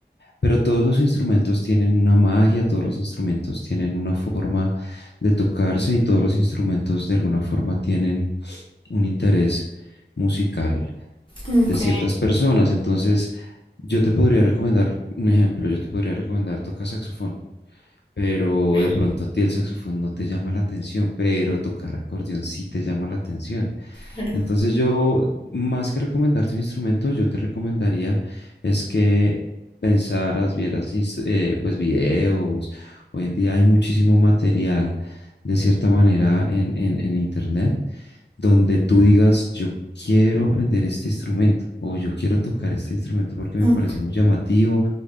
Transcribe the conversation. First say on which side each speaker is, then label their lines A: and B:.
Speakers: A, on the left (about 70°); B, on the left (about 25°).
A: pero todos los instrumentos tienen una magia, todos los instrumentos tienen una forma de tocarse y todos los instrumentos de alguna forma tienen un interés musical
B: Ok,
A: de ciertas personas. Entonces, yo te podría recomendar un ejemplo, yo te podría recomendar tocar saxofón. Pero
B: ok,
A: de pronto a ti el saxofón no te llama la atención, pero tocar acordeón sí te llama la atención.
B: claro.
A: Entonces yo, más que recomendarte un instrumento, yo te recomendaría es que pensaras, vieras, ins- eh, pues videos. Hoy en día hay muchísimo material, de cierta manera, en, en, en Internet, donde tú digas, yo quiero aprender este instrumento o yo quiero tocar este instrumento porque me
B: Mm,
A: parece muy llamativo,